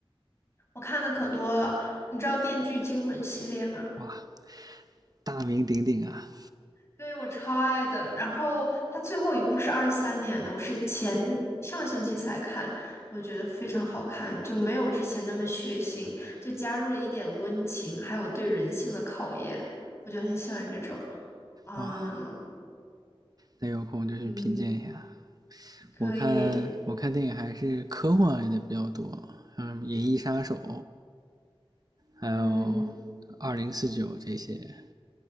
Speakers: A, on the left (about 25°); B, on the right (about 40°).
A: 我看的可多了。你知道《电锯惊魂》系列吗？
B: 哇，大名鼎鼎啊！
A: 对，我超爱的。然后它最后一部是二三年的，我是前上星期才看，我觉得非常好看，就没有之前那么血腥，就加入了一点温情，还有对人性的考验，我就很喜欢这种。嗯
B: 哇，那有空就去品鉴一下。
A: 嗯，可以。
B: 我看我看电影还是科幻类的比较多，像什么《银翼杀手》，还有
A: 嗯，
B: 《二零四九》这些